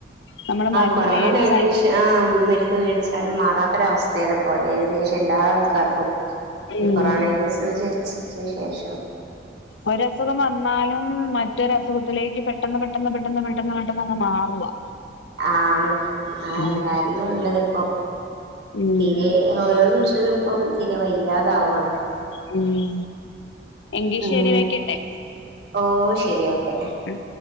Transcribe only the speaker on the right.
കൊറോണ
കഴിഞ്ഞതിന് ആഹ് മരുന്ന് മേടിച്ചാലും മാറാത്തൊരു അവസ്ഥലാ പോയെ ഏകദേശം എല്ലാ ആൾക്കാർക്കും ഈ
കൊറോണെ സൂചിച്ചതിന് ശേഷം
ആണ് ആഹ് എല്ലാരിലും
ഉള്ളത് ഇപ്പൊ
തീരെ ഓരോ മനുഷ്യനും ഇപ്പം തിരെ വയ്യാതാവു ആണ്
ഉം
ഓ ശരി ഓക്കെ